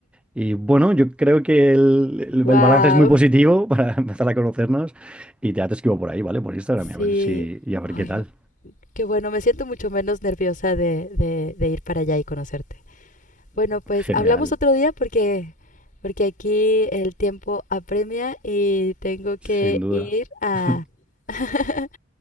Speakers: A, in the centre; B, on the left (about 40°).
A: Y bueno, yo creo que el, el-
B: Wow,
A: el balance es muy positivo para <laughs> empezar a conocernos y ya te escribo por ahí, ¿vale? Por Instagram y a
B: sí.
A: ver si y a ver
B: Ay,
A: qué tal.
B: qué bueno, me siento mucho menos nerviosa de, de, de ir para allá y conocerte. Bueno, pues
A: Genial,
B: hablamos otro día porque, porque aquí el tiempo apremia y tengo
A: sin
B: que
A: duda.
B: ir a
A: <laughs>
B: <laughs>